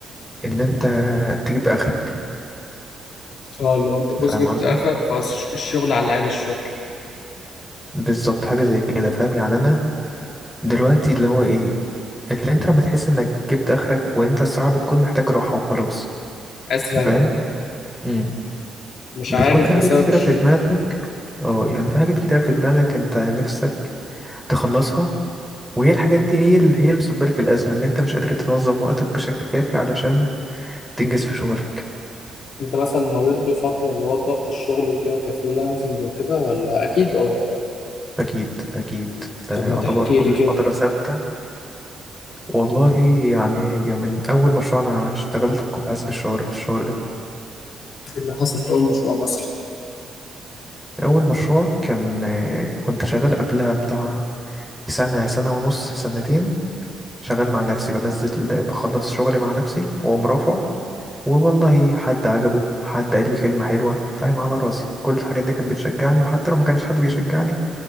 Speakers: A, in the centre; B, on the left (about 65°).
A: إن أنت تجيب آخرك
B: اه لو انت بص
A: فاهم
B: جبت
A: قصدي؟
B: اخرك فالشغل على عادي الشغل
A: بالظبط حاجة زي كده فاهم يعني أنا دلوقتي اللي هو إيه اللي انت لما تحس انك جبت اخرك او انت الصراحه بتكون محتاج راحه وخلاص
B: عايز تريح
A: فاهم امم
B: مش
A: بتكون
B: عارف
A: في حاجات
B: بسبب
A: كتيره
B: الشغل
A: في دماغك اه يعني في حاجات كتيره في دماغك انت نفسك تخلصها وهي الحاجات دي هي اللي هي اللي مسببه لك الازمه ان انت مش قادر تنظم وقتك بشكل كافي علشان تنجز في شغلك
B: انت مثلا مريت بفترة اللي هو ضغط الشغل وكده كفريلانسنج وكده ولا اكيد اه
A: اكيد اكيد ده
B: طب
A: يعتبر
B: ما تحكي
A: كل
B: لي كده
A: فتره ثابته والله يعني هي من اول مشروع انا اشتغلت كنت حاسس بالشعور بالشعور ده
B: ايه اللي حصل في اول مشروع مثلا
A: اول مشروع كان آه، كنت شغال قبلها بتاع سنة سنة ونص سنتين شغال مع نفسي بنزل بخلص شغلي مع نفسي وأقوم رافعه والله حد عجبه حد قال لي كلمة حلوة فاهم على راسي كل الحاجات دي كانت بتشجعني وحتى لو ما كانش حد بيشجعني